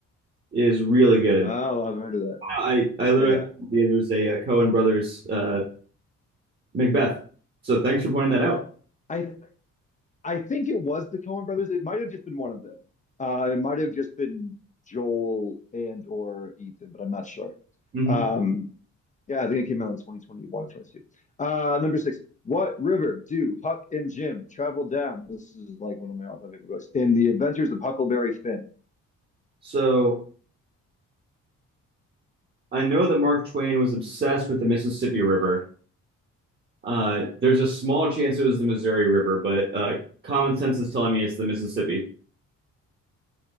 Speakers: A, on the right; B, on the left.
A: is really good.
B: Oh, I've heard of that.
A: I I literally
B: Yeah.
A: there's a, uh Cohen Brothers uh, Macbeth. So thanks for pointing that out.
B: I I think it was the Coen brothers. It might have just been one of them. Uh, it might have just been Joel and or Ethan, but I'm not sure.
A: hmm
B: Um, yeah, I think it came out in 2021 or 22. Uh, number six. What river do Huck and Jim travel down? This is like one of my all-time favorite books. In The Adventures of Huckleberry Finn.
A: So I know that Mark Twain was obsessed with the Mississippi River. Uh, there's a small chance it was the Missouri River, but uh, common sense is telling me it's the Mississippi.